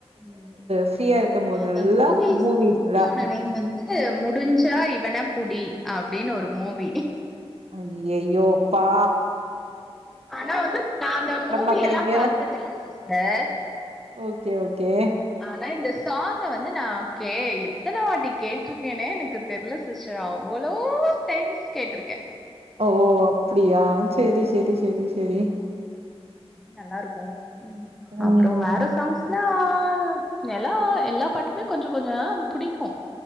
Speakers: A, in the centre; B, on the right.
A: ம்
B: ஃப்ரீயா இருக்கும் போதெல்லா
A: அந்த மூவிஸ் மூவியோட
B: தா
A: நேம் வந்து முடிஞ்சா இவனப் புடி அப்டின்னு ஒரு மூவி
B: ஐயய்யோப்பா
A: ஆனா வந்து நா அந்த மூவி
B: பாக்குறீங்க
A: எல்லா பார்த்ததில்ல சிஸ்டர்
B: ஓகே ஓகே
A: ஆனா இந்த சாங்க வந்து நா கே எத்தன வாட்டி கேட்டிருக்கேனே எனக்கு தெரில ஸ் சிஸ்டர் அவ்ளோ டைம்ஸ் கேட்டிருக்கே
B: ஓ அப்டியா செரி செரி செரி செரி
A: நல்லாருக்கு
B: ம்
A: அப்புறோ வேற
B: ம்
A: சாங்ஸ்னா ஆ நிலா எல்லா பாட்டுமே கொஞ்சோ கொஞ்சோ புடிக்கு